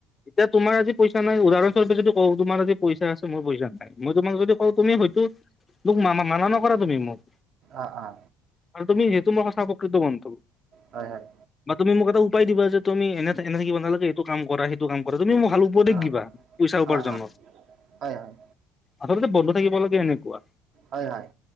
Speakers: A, on the left; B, on the right.
A: এতিয়া তোমাৰ আজি পইচা নাই। উদাৰণস্বৰূপে যদি কওঁ তোমাৰ আজি পইচ মোৰ পইচা নাই মই তোমাক যদি কওঁ তুমি
B: উম,
A: হয়তো মোক মা মানা নকৰা তুমি মোক
B: অ অ
A: আৰু তুমি সেইটো মই সঁচা প্ৰকৃত কন্ঠ।
B: হয় হয়
A: বা তুমি মোক এটা উপাই দিবা যে তুমি এনে এনে থাকিব নালাগে, এইটো কাম কৰা সেইটো কাম কৰা। তুমি মোক ভাল উপদেশ
B: অ
A: দিবা। পইচা উপাৰ্জন
B: অ অ হয় হয়
A: আচলতে বন্ধু থাকিব লাগে এনেকুৱা
B: হয় হয়।